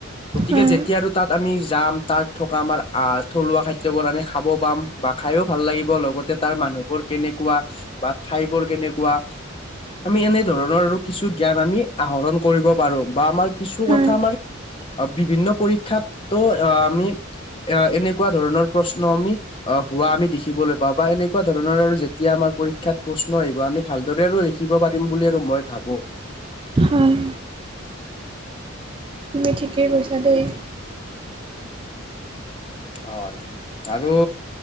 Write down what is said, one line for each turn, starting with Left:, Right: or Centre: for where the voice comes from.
Left: গতিকে
Right: হয়
Left: যেতিয়া আৰু তাত আমি যাম তাত থকা আমাৰ আহ থলুৱা খাদ্যবোৰ আমি খাব পাম বা খাইও ভাল লাগিব লগতে তাৰ মানুহবোৰ কেনেকুৱা বা ঠাইবোৰ কেনেকুৱা আমি এনে ধৰণৰ আৰু কিছু জ্ঞান আমি আহৰণ কৰিব পাৰো বা আমাৰ কিছু
Right: হয়
Left: কথা আমাৰ আ বিভিন্ন পৰীক্ষাতো আ আমি এ এনেকুৱা ধৰণৰ প্ৰশ্ন আমি আ হোৱা আমি দেখিবলৈ পাওঁ বা এনেকুৱা ধৰণৰ আৰু যেতিয়া আমাৰ পৰীক্ষাত প্ৰশ্ন আহিব আমি ভালদৰে আৰু লিখিব পাৰিম বুলি আৰু মই ভাবো।
Right: হয়, তুমি ঠিকেই কৈছা দেই।
Left: হয় আৰু